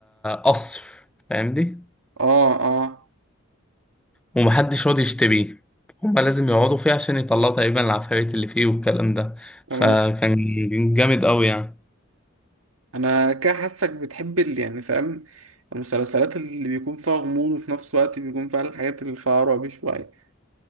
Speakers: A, in the centre; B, on the right (about 85°).
A: قصر فاهم دي؟
B: آه آه
A: ومحدش راضي يشتريه هما لازم يقعدوا فيه عشان يطلعوا تقريبا العفاريت اللي فيه والكلام ده
B: تمام
A: فكان جامد قوي يعني
B: أنا كده حاسك بتحب اللي يعني فاهم المسلسلات اللي بيكون فيها غموض وفي نفس الوقت بيكون فيها الحاجات اللي فيها رعب شوية